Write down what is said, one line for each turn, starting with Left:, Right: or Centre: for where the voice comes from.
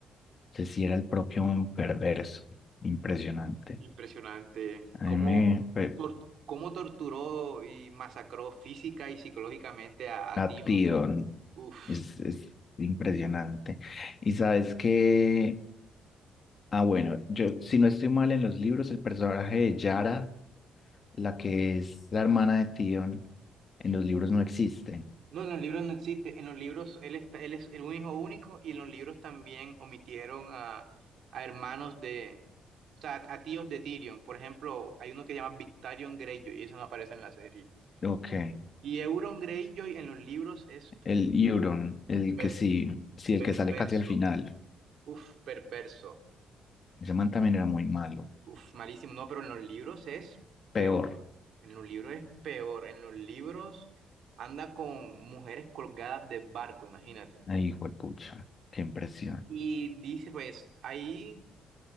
Left: Ese sí era el propio un perverso. Impresionante.
Right: Impresionante.
Left: A
Right: ¿Cómo,
Left: mí me... pe-
Right: tor- cómo torturó y masacró física y psicológicamente a, a
Left: A
Right: Tío?
Left: ti, Don.
Right: Uf.
Left: Es, es impresionante. Y sabes que... Ah, bueno, yo, si no estoy mal en los libros, el personaje de Yara, la que es la hermana de Tion, en los libros no existe.
Right: No, en los libros no existe. En los libros él, está, él es el hijo único y en los libros también omitieron a, a hermanos de... O sea, a tíos de Tyrion. Por ejemplo, hay uno que se llama Victarion Greyjoy y eso no aparece en la serie.
Left: Ok.
Right: Y Euron Greyjoy en los libros es
Left: El Euron, el
Right: per-
Left: que sí, sí,
Right: perverso.
Left: el que sale casi al final.
Right: Uf, perverso.
Left: Ese man también era muy malo.
Right: Uf, malísimo, no, pero en los libros es peor.
Left: Peor.
Right: En los libros es peor. En los libros anda con mujeres colgadas de barco, imagínate.
Left: Ay, hijo de pucha. Qué impresión.
Right: Y dice, pues, ahí,